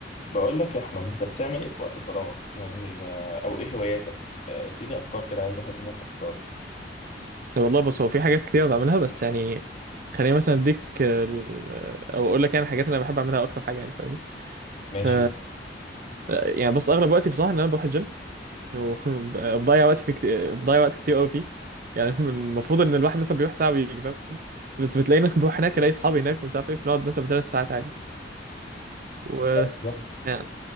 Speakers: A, on the left; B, on the right.
A: بقول لك يا احمد انت بتعمل ايه في وقت فراغك يعني آه، او ايه هواياتك آه، اديني افكار كده عايز اخد منك افكار
B: والله بص هو في حاجات كتير بعملها بس يعني خليني مثلا اديك ال- او اقول لك يعني الحاجات اللي انا بحب اعملها اكتر حاجه يعني فاهمني
A: ماشي
B: ف يعني بص اغلب وقتي بصراحه ان انا بروح الجيم وبضيع <laughs> وقتي في كت... بضيع وقت كتير قوي فيه يعني <laughs> المفروض ان الواحد مثلا بيروح ساعه ويجي فاهم بس بتلاقينا <laughs> بروح هناك الاقي اصحابي هناك مش عارف ايه بنقعد مثلا بثلاث ساعات عادي و
A: حلو.
B: يعني